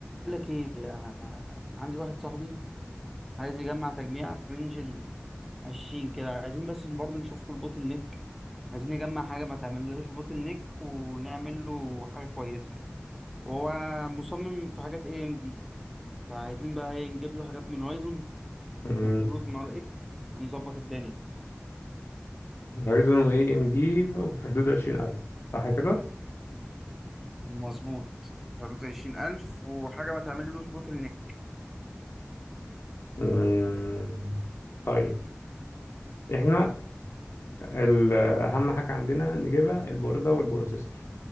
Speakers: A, in the centre; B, on the left.
A: بقول لك ايه انا عندي واحد صاحبي عايز يجمع تجميع في رينج ال 20 كده عايزين بس برضه نشوف في البوتل نيك عايزين نجمع حاجه ما تعملوش بوتل نيك ونعمل له حاجه كويسه يعني وهو مصمم في حاجات اي ام دي فعايزين بقى ايه نجيب له حاجات من هورايزون
B: مم،
A: وكروت من ار اكس ونظبط الدنيا
B: رايزون اي ام دي في حدود عشرين ألف صح كده؟
A: مظبوط في حدود عشرين ألف وحاجة ما تعمللوش بوتل نيك
B: مم، طيب احنا ال- أهم حاجة عندنا نجيبها البوردة والبروسيسور